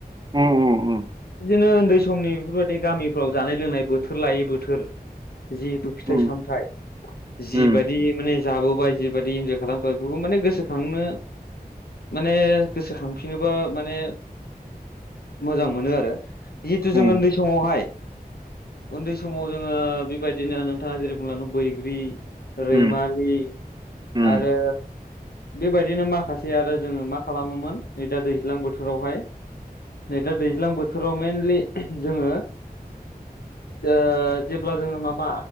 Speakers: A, on the right; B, on the left.
A: उम उम
B: बिदिनो उन्दै समनि बेफोरबायदि गामिफ्राव जानाय लोंनाय बोथोर लायै बोथोर जिहेथु फिथाइ
A: उम
B: सामथाइ जिबायदि
A: उम
B: माने जाबोबाय जिबायदि इन्जय खालामबाय बेफोरखौ माने गोसोखांनो माने गोसोखांफिनोबा माने मोजां मोनो आरो जिहेथु
A: उम
B: जों उन्दै समावहाय उन्दै समाव जोङो बेबायदिनो नोंथाङा जेरै बुंलांदों बैग्रि रैमारि
A: उम उम
B: आरो बेबायदिनो माखासे आरो जोङो मा खालामोमोन नै दा दैज्लां बोथोरावहाय नै दा दैज्लां बोथोराव मेनलि जोङो ओ जेब्ला जोङो माबा